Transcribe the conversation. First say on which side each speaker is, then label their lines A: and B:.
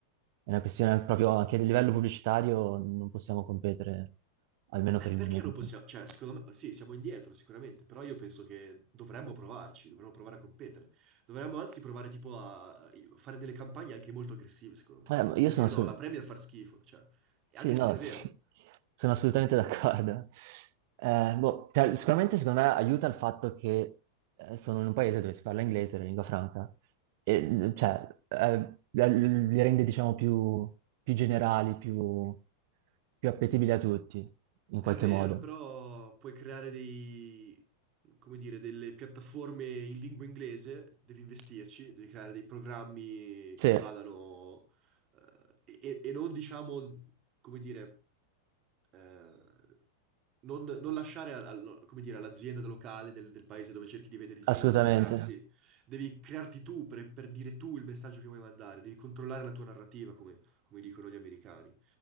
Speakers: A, on the right (about 50°); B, on the right (about 35°).
A: è una questione proprio anche a livello pubblicitario non possiamo competere, almeno
B: Eh,
A: per il
B: perché
A: momento.
B: non possiamo? Cioè, secondo me, sì, siamo indietro sicuramente, però io penso che dovremmo provarci, dovremmo provare a competere. Dovremmo anzi provare tipo a fare delle campagne anche molto aggressive, secondo me.
A: Eh,
B: Cioè,
A: ma io
B: più
A: sono...
B: dire
A: sc-
B: no, la Premier fa schifo, cioè,
A: Sì,
B: anche
A: no,
B: se non è vero.
A: <laughs> sono assolutamente d'accordo. Eh, boh, tra- sicuramente secondo me aiuta il fatto che eh, sono in un paese dove si parla inglese, la lingua franca, e cioè eh, li rende diciamo più, più generali, più, più appetibili a tutti, in
B: È
A: qualche
B: vero,
A: modo.
B: però puoi creare dei, come dire, delle piattaforme in lingua inglese, devi investirci, devi creare dei programmi
A: Sì,
B: che vadano, eh, e, e non diciamo, come dire, eh, non, non lasciare al- al- no, come dire, all'azienda locale del, del paese dove cerchi di vendere i diritti
A: assolutamente.
B: di crearsi, devi crearti tu per, per dire tu il messaggio che vuoi mandare, devi controllare la tua narrativa, come come dicono gli americani